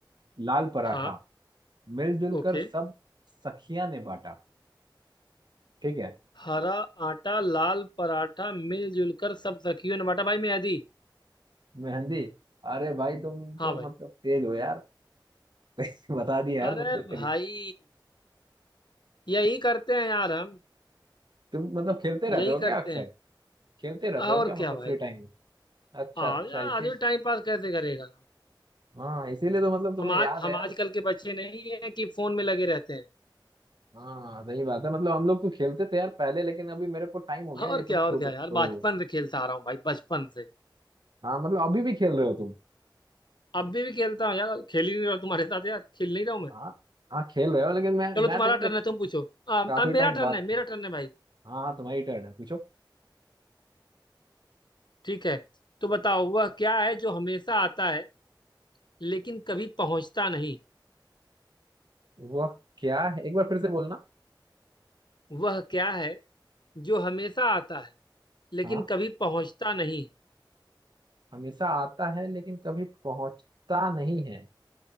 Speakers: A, on the right (about 60°); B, on the left (about 65°).
A: लाल पराठा
B: हाँ
A: मिलजुल
B: ओके
A: कर सब सखियां ने बांटा ठीक है
B: हरा आटा लाल पराठा मिलजुल कर सब सखियों ने बांटा भाई मैं दी
A: मेहंदी अरे भाई तुम
B: हाँ
A: तो
B: भाई
A: मतलब तेज हो यार <laughs> सही बता दिया यार
B: अरे
A: तुम तो
B: भाई
A: यार
B: यही करते हैं यार हम
A: तुम मतलब खेलते रहते
B: यही
A: हो क्या
B: करते
A: अक्सर
B: हैं
A: खेलते रहते
B: और
A: हो क्या मतलब
B: क्या भाई
A: फ्री टाइम में अच्छा
B: हाँ
A: अच्छा
B: यार
A: इसी
B: आदमी टाइम पास कैसे करेगा
A: हाँ इसीलिए तो मतलब तुम्हें
B: हम आज
A: याद
B: हम
A: है यार
B: आजकल के बच्चे नहीं है कि फोन में लगे रहते हैं
A: हाँ सही बात है मतलब हम लोग तो खेलते थे यार पहले लेकिन अभी मेरे को टाइम हो गया
B: और
A: ये
B: क्या
A: सब छोड़
B: और क्या यार
A: छोड़े
B: बचपन
A: हुए
B: से खेलता आ रहा हूँ भाई बचपन से
A: हाँ मतलब अभी भी खेल रहे हो तुम
B: अभी भी खेलता हूँ यार खेल ही नहीं रहा हूँ तुम्हारे साथ यार खेल नहीं रहा हूँ मैं
A: हाँ हाँ खेल रहे हो लेकिन मैं
B: चलो
A: मैं
B: तुम्हारा
A: तो मतलब
B: टर्न है तुम पूछो अब
A: काफी
B: अब
A: टाइम
B: मेरा
A: बाद
B: टर्न है
A: खेल
B: मेरा टर्न है भाई
A: हाँ तुम्हारी टर्न है पूछो
B: ठीक है तो बताओ वह क्या है जो हमेशा आता है लेकिन कभी पहुंचता नहीं
A: वह क्या है एक बार फिर से बोलना
B: वह क्या है जो हमेशा आता है लेकिन
A: हाँ
B: कभी पहुंचता नहीं
A: हमेशा आता है लेकिन कभी पहुंचता नहीं है